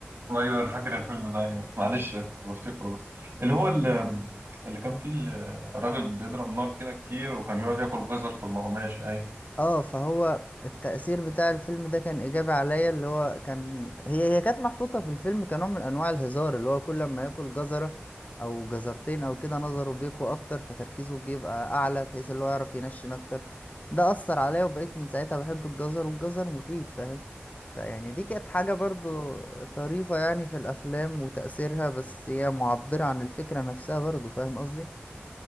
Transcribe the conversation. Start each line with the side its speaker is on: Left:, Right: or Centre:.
Right: ايوه انا فاكر الفيلم ده ايوه معلش أنا كنت بفتكره بس اللي هو اللي, اللي كان فيه ال- الراجل بيضرب نار كده كتير وكان بيقعد ياكل جزر طول ما هو ماشي ايوه
Left: اه فهو التأثير بتاع الفيلم ده كان إيجابي عليا اللي هو كان هي هي كانت محطوطة في الفيلم كنوع من أنواع الهزار اللي هو كل ما ياكل جزرة أو جزرتين أو كده نظره بيقوى أكتر فتركيزه بيبقى أعلى بحيث اللي هو يعرف ينشن أكتر ده أثر عليا وبقيت من ساعتها بحب الجزر والجزر مفيد فاهم فيعني دي كانت حاجة برضو طريفة يعني في الأفلام وتأثيرها بس هي معبرة عن الفكرة نفسها برضو فاهم قصدي